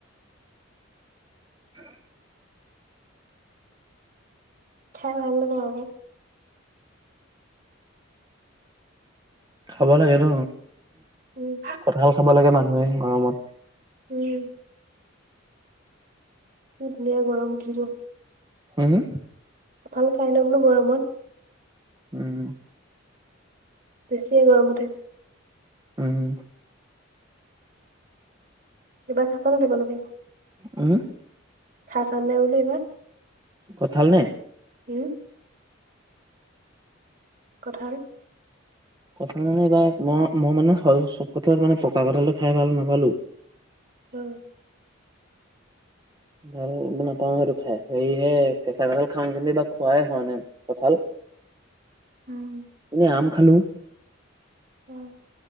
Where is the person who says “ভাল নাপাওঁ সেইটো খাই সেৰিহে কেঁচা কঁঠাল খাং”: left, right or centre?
Right